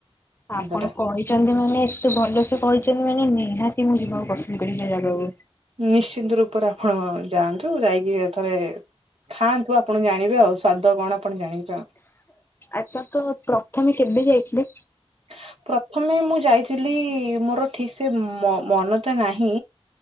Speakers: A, on the left (about 20°); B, on the right (about 65°).
A: ଆପଣ
B: ଜିନିଷଟା।
A: କହିଛନ୍ତି ମାନେ ଏତେ ଭଲସେ କହିଛନ୍ତି ମାନେ ନିହାତି ମୁଁ ଯିବାକୁ ପସନ୍ଦ କରି ଜାଗାକୁ
B: ନିଶ୍ଚିନ୍ତ ରୂପରେ ଆପଣ ଯାଆନ୍ତୁ ଯାଇକି ଥରେ ଖାଆନ୍ତୁ ଆପଣ ଜାଣିବେ ଆଉ ସ୍ଵାଦ କଣ ଆପଣ ଜାଣିବେ। ଆଉ।
A: ଆଚ୍ଛା ତ ପ୍ରଥମେ କେବେ ଯାଇଥିଲେ?
B: <inaudible> ପ୍ରଥମେ ମୁଁ ଯାଇଥିଲି ମୋର ଠିକ ସେ ମ ମନ ତ ନାହିଁ।